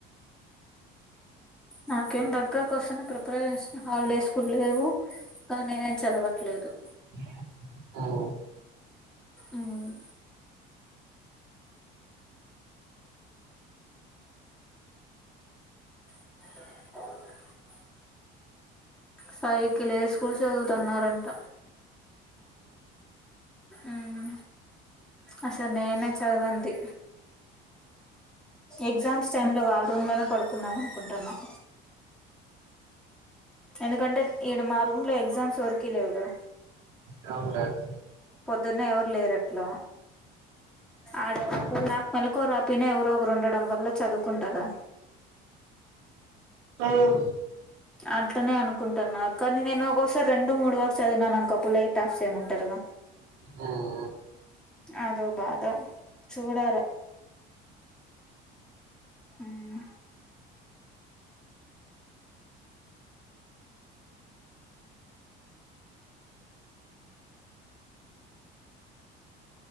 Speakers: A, in the centre; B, on the right.
A: నాకేం దగ్గరకు వస్తనే ప్రిపరేష హాలిడేస్ కుడా లేవు, కానీ ఎం చదవట్లేదు,
B: <unintelligible>
A: ఉమ్ <unintelligible> ఫైకి లేసి కుడ్ చదువుతన్నారంట. ఉమ్ అస్సలు నేనే చదవంది. ఎగ్జామ్స్ టైమ్ లో వాళ్ళ రూమ్ లోనే పాడుకుందాం అనుకుంటన్నం. ఎందుకంటె ఈడ మా రూమ్ లో ఎక్సామ్స్ ఎవర్కి లేవు గా.
B: కామ్ కాదు.
A: పొద్దున్నే ఎవరు లేరట్లు. ఆడ ఒకవేళ నాకు మెలుకువ రాపోయిన, ఎవరో ఒకరు ఉండడం వల్ల చదువుకుంటగా.
B: ఉమ్.
A: అట్లనే అనుకుంటాన. కానీ, నేను ఒగొసారి రెండు మూడు వరకు చదివినాన్ అనుకో, అప్పుడు లైట్ ఆఫ్ చేయమంటారుగా.
B: మ్.
A: అదో బాధ చూడాల. మ్.